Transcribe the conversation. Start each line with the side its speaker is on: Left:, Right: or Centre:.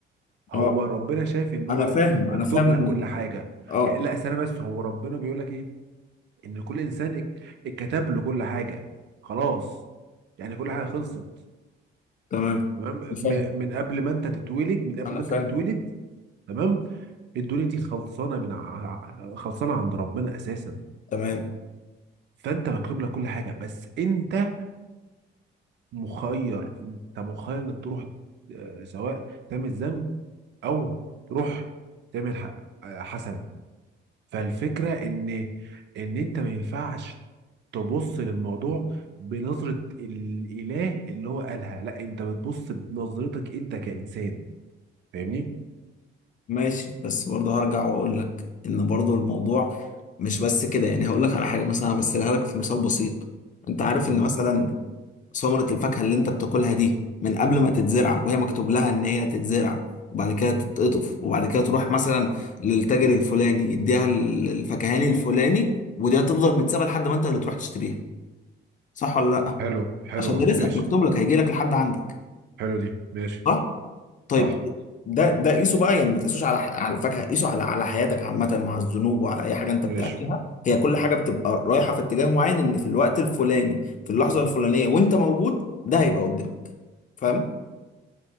Right: هو
Left: اه
Right: ربنا شايف ان هو
Left: انا فاهم
Right: مكتوب
Left: انا فاهم
Right: لك
Left: ان
Right: كل حاجه
Left: اه
Right: يعني لا استنى بس هو ربنا بيقول لك ايه ان كل انسان ات- اتكتب له كل حاجه خلاص يعني كل حاجه خلصت
Left: تمام
Right: تمام م-
Left: فاهم
Right: من قبل ما انت تتولد من قبل
Left: انا
Right: ما
Left: فاهم
Right: انت تتولد تمام الدنيا دي خلصانه من ع- ع- خلصانه عند ربنا اساسا
Left: تمام
Right: فانت مكتوب لك كل حاجه بس انت مخير انت مخير انك تروح آه، سواء تعمل ذنب او تروح تعمل ح- آه، حسنه فالفكره ان ان انت ما ينفعش تبص للموضوع بنظره الاله اللي هو قالها لا انت بتبص بنظرتك انت كانسان فاهمني
Left: ماشي بس برضه هرجع واقول لك ان برضه الموضوع مش بس كده يعني هقول لك على حاجه مثلا همثلها لك في مثال بسيط انت عارف
Right: مم.
Left: ان مثلا ثمره الفاكهه اللي انت بتاكلها دي من قبل ما تتزرع وهي مكتوب لها ان هي تتزرع وبعد كده تتقطف وبعد كده تروح مثلا للتاجر الفلاني يديها الفكهاني الفلاني ودي هتفضل متسابه لحد ما انت اللي تروح تشتريها صح ولا لا
Right: حلو حلوة
Left: عشان ده رزقك
Right: ماشي
Left: مكتوب لك هيجي لك لحد عندك
Right: حلو دي ماشي
Left: صح طيب
Right: صح
Left: ده ده قيسه بقى يعني ما تقيسوش على على الفاكهه قيسه على على حياتك عامه وعلى الذنوب وعلى اي حاجه انت
Right: ماشي
Left: بتعملها هي كل حاجه بتبقى رايحه في اتجاه معين ان في الوقت الفلاني في اللحظه الفلانيه وانت موجود ده هيبقى قدامك فاهم